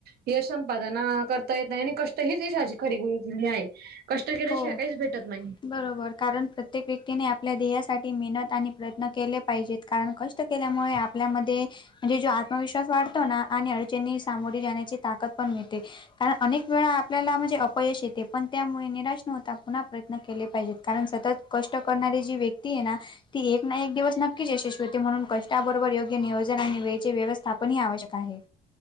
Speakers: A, on the right; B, on the left.
A: यश संपादना करता येत नाही आणि कष्ट हीच यशाची खरी गुरु किल्ली आहे कष्ट केल्याशिवाय
B: हो
A: काहीच भेटत नाही
B: बरोबर कारण प्रत्ये क व्यक्तीने आपल्या ध्येसाठी मेहनत आणि प्रयत्न केले पाहिजेत कारण कष्ट केल्यामुळे आपल्यामध्ये म्हणजे जो आत्मविश्वास वाढतो ना आणि अडचणी सामोरे जाण्याची ताकद पण मिळते कारण अनेक वेळा आपल्याला म्हणजे अपयश येते पण त्यामुळे निराश निराश न होता पुन्हा प्रयत्न केले पाहिजेत कारण सतत कष्ट करणारे जी व्यक्ती आहे ना ती एक ना एक दिवस नक्कीच यशस्वी होते म्हणून कष्टाबरोबर योग्य नियोजन आणि वेळचे व्यवस्थापन ही आवश्यक आहे